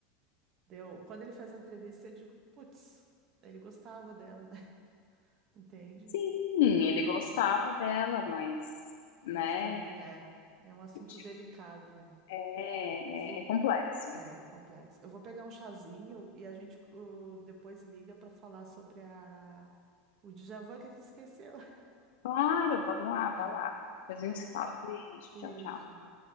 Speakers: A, on the right; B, on the left.
A: deu. Quando ele fez a entrevista, eu digo, putz, ele gostava dela, né? <laughs> Entende?
B: Sim, ele
A: É,
B: gostava dela, mas, né,
A: mas também é. É um assunto
B: tipo,
A: delicado, né?
B: é,
A: Vou,
B: é é complexo.
A: é complexo. Eu vou pegar um chazinho e a gente uh, depois liga para falar sobre a, o déjà vu que a gente esqueceu. <laughs>
B: Claro, vamos lá,
A: Tá,
B: vai lá. Depois
A: tá
B: a gente
A: bom.
B: se fala. Beijo,
A: Beijo.
B: tchau, tchau.
A: tchau.